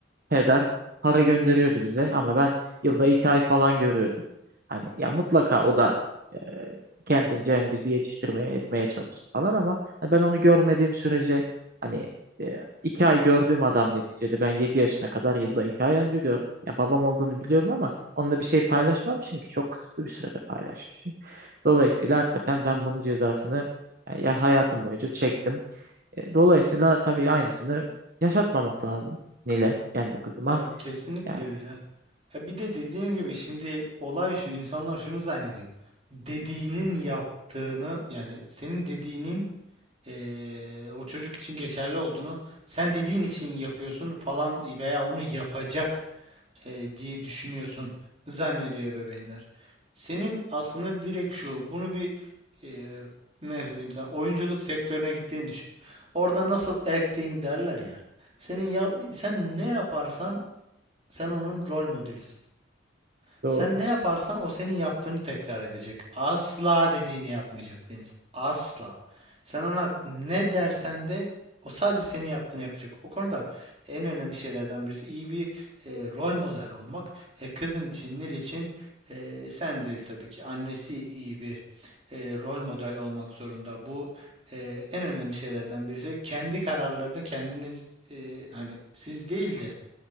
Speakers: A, on the right; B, on the right.
A: peder para gönderiyordu bize ama ben yılda iki ay falan görüyordum. Hani ya mutlaka o da e, kendince hani bizi yetiştirmeye etmeye çalıştı falan ama hani ben onu görmediğim sürece hani e, iki ay gördüğüm adam neticede ben yedi yaşına kadar yılda iki ay önce gördüm. Ya babam olduğunu biliyorum ama Onunla bir şey paylaşmam çünkü çok kısıtlı bir sürede paylaşmışım. Dolayısıyla hakikaten ben bunun cezasını e, ya hayatım boyunca çektim. E, Dolayısıyla tabii aynısını yaşatmamak lazım Nile kendi kızıma.
B: Ya kesinlikle
A: Yani
B: öyle. Ha bir de dediğim gibi şimdi olay şu insanlar şunu zannediyor. Dediğinin yaptığını yani senin dediğinin eee, o çocuk için geçerli olduğunu sen dediğin için yapıyorsun falan veya onu yapacak e, diye düşünüyorsun zannediyor ebeveynler. Senin aslında direkt şu, bunu bir e, nasıl diyeyim sana, oyunculuk sektörüne gittiğini düşün. Orada nasıl acting derler ya. Senin ya, sen ne yaparsan sen onun rol modelisin.
A: doğru.
B: Sen ne yaparsan o senin yaptığını tekrar edecek. Asla dediğini yapmayacak Deniz. Asla. Sen ona ne dersen de o sadece senin yaptığını yapacak. O konuda en önemli şeylerden birisi iyi bir e, rol model olmak. E, kızın için, Nil için e, sen değil tabii ki. Annesi iyi bir e, rol model olmak zorunda. Bu e, en önemli şeylerden birisi. Kendi kararlarını kendiniz e, hani siz değil de